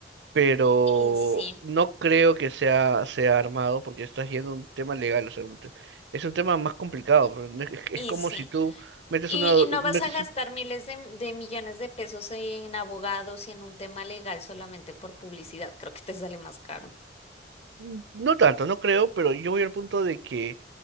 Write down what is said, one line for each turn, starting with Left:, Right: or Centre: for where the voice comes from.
Right: Pero
Left: Y sí,
Right: no creo que sea, sea armado porque estás yendo a un tema legal, o sea, un te- es un tema más complicado. pues, no Es, es
Left: y
Right: como
Left: sí.
Right: si tú metes
Left: Y,
Right: una,
Left: y no
Right: metes
Left: vas a gastar miles de, de millones de pesos en abogados y en un tema legal solamente por publicidad. Creo que te sale más caro.
Right: Mm, No tanto, no creo, pero yo voy al punto de que